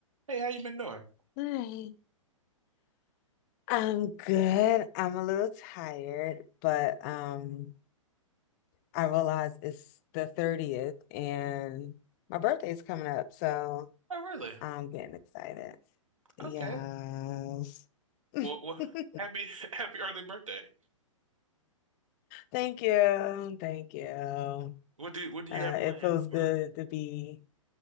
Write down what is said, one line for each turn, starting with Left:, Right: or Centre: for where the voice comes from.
Right: Hey, how you been doing?
Left: Hi. I'm good. I'm a little tired, but um I realize it's the 30th and my birthday's coming up, so
Right: Oh, really?
Left: I'm getting excited. Yes.
Right: Okay.
Left: <laughs>
Right: Well, well, happy <laughs> happy early birthday.
Left: Thank you. Thank you. Uh,
Right: What do what do
Left: it
Right: you have planned
Left: feels
Right: for
Left: good to be